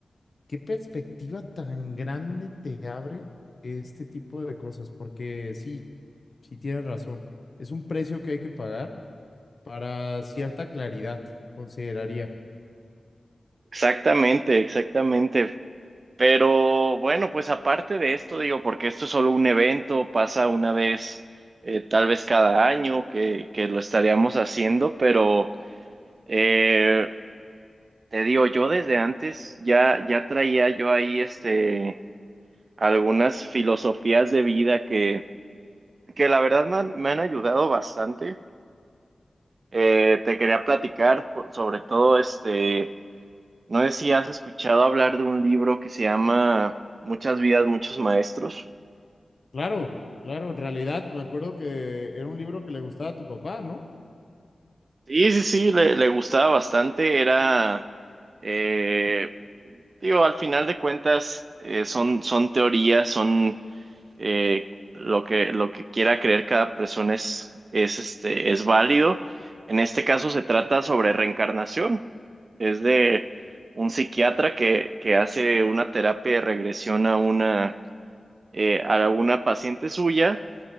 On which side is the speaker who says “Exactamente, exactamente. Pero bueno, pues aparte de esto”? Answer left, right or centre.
Right